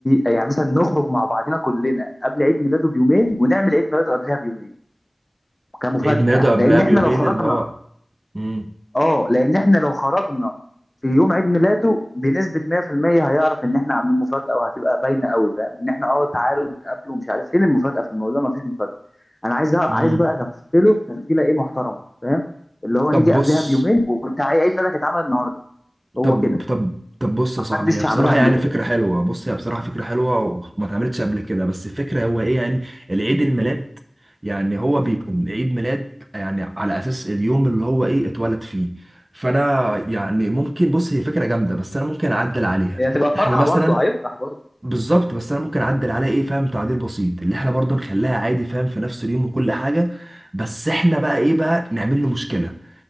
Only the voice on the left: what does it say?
يعني مثلا نخرج مع بعضنا كلنا قبل عيد ميلاده بيومين ونعمل عيد ميلاده قبلها بيومين كمفاجاه
لان
احنا لو خرجنا
اه لان احنا لو خرجنا في يوم عيد ميلاده بنسبه 100% هيعرف ان احنا عاملين مفاجاه وهتبقى باينه قوي فاهم ان احنا اه تعالوا نتقابلوا ومش عارف فين المفاجاه في الموضوع مفيش مفاجاه انا عايز عايز
بقى اغفله تغفيله ايه محترمه فاهم اللي هو
نيجي
قبلها بيومين وانت عيد ميلادك اتعمل النهارده هو
كده
محدش
عملها قبل
كده
هي هتبقى فرحه
برضه هيفرح برضه